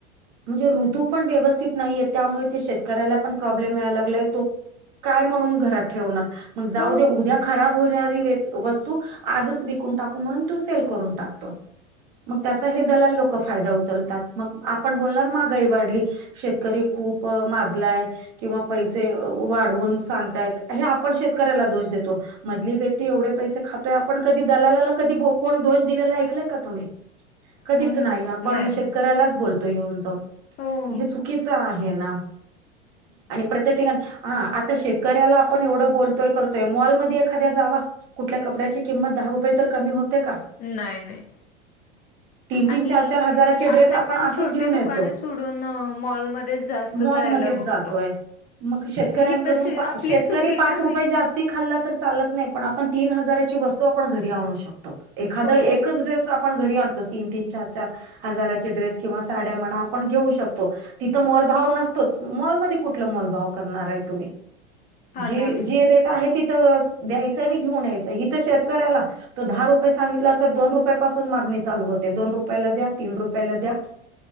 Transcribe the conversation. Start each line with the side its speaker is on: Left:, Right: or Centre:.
Right: म्हणजे ऋतू पण व्यवस्थित नाहीये त्यामुळे ते शेतकऱ्याला पण प्रॉब्लेम मिळायला लागलाय तो काय म्हणून घरात ठेवणार मग जाऊ
Left: हो
Right: दे उद्या खराब होणारी वस्तू- आजच विकून टाकू म्हणून तो सेल करून टाकतो. मग त्याचा हे दलाल लोक फायदा उचलतात मग आपण बोलणार महागाई वाढली. शेतकरी खूप माजलाय. किंवा पैसे वाढवून सांगता येत हे आपण शेतकऱ्याला दोष देतो. मधली व्यक्ती एवढे पैसे खातोय आपण कधी दलालाला कधी कोण दोष दिलेला ऐकलाय का तुम्ही? कधीच
Left: हो ना
Right: नाही आपण
Left: नाही नाही
Right: शेतकऱ्यालाच बोलतो. बोलतो येऊन जाऊन
Left: हो
Right: मग हे चुकीच आहे ना आणि प्रत्येक ठिकाणी हा आता शेतकऱ्याला आपण एवढं बोलतोय करतोय मॉलमध्ये एखाद्या जावा कुठल्या कपड्याची किंमत दहा रुपये तर कमी होते का?
Left: नाही नाही
Right: तीन तीन
Left: आणि
Right: चार चार हजाराचे ड्रेस
Left: असंपण
Right: आपण असंच
Left: छोट
Right: घेऊन
Left: ते
Right: येतो
Left: दुकाने सोडून मॉलमध्ये जास्त
Right: मॉलमध्येच
Left: जायला बघतो.
Right: जातोय मग शेतकऱ्यांकडून
Left: ही तशी आपलीच
Right: शेतकरी
Left: चुकी आहे
Right: पाच
Left: ना मेन
Right: रुपये जास्त ती खाल्ला तर चालत नाही पण आपण तीन हजाराची वस्तू आपण घरी आणू शकतो. एखाद
Left: हो
Right: एकच ड्रेस आपण घरी आणतो तीन तीन चार चार हजाराचे ड्रेस किंवा साड्या म्हणा आपण घेऊ शकतो. तिथं मोलभाव नसतोच मॉलमध्ये कुठल मोलभाव करणार आहे तुम्ही
Left: हा
Right: जी
Left: ना
Right: जे रेट आहे तिथ द्यायचं आणि घेऊन यायचं हिथ शेतकऱ्याला तो दहा रुपये सांगितला तर दोन रुपयापासून मागणी चालू होते दोन रुपयाला द्या तीन रुपयाला द्या.